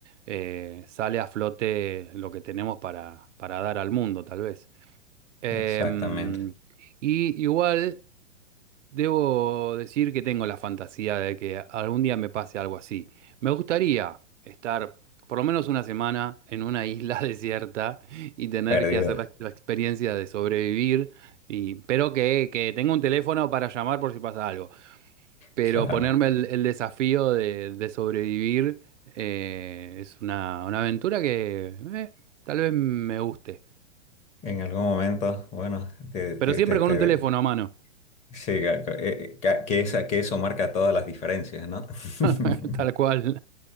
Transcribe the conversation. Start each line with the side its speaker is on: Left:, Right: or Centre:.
Right: eh, sale a flote lo que tenemos para, para dar al mundo, tal vez. Em,
Left: exactamente.
Right: y igual... Debo decir que tengo la fantasía de que algún día me pase algo así. Me gustaría estar por lo menos una semana en una isla <laughs> desierta y tener
Left: Perdido.
Right: que hacer la, la experiencia de sobrevivir, y, pero que, que tenga un teléfono para llamar por si pasa algo. Pero
Left: Claro,
Right: ponerme
Left: ¿no?
Right: el, el desafío de, de sobrevivir eh, es una, una aventura que eh, tal vez me guste.
Left: En algún momento, bueno, te, te,
Right: Pero siempre
Left: te,
Right: con
Left: te-
Right: un teléfono a mano,
Left: sí, ca- ca- eh, ca- que, esa, que eso marca todas las diferencias, ¿no?
Right: <laughs>
Left: <laughs>
Right: tal cual.